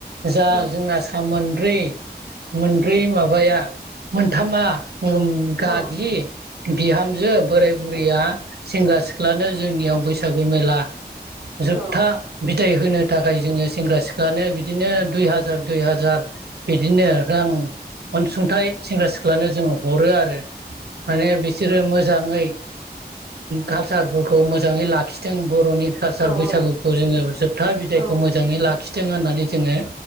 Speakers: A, on the right; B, in the centre.
A: जा
B: औ
A: जोंना सामोन मोनबै मोनब्रै माबाया मोनथामा गागि
B: औ
A: बिहामजो बोराय बुरैया सेंग्रा सिख्लानो जोंनियाव बैसागु मेला जोबथा
B: औ
A: फिथाइ होनो थाखाय जोङो सेंग्रा सिख्लानो बिदिनो दुइ हाजार दुइ हाजार बिदिनो रां अनसुंथाइ सेंग्रा सिख्लानो जोंङो हरो आरो माने बिसोरो मोजाङै कालचारफोरखौ मोजाङै लाखिदों बर'नि कालसार
B: औ
A: बैसागुखौ जोङो जोबथा बिदायखौ
B: औ
A: मोजाङै लाखिथों होननानै जोङो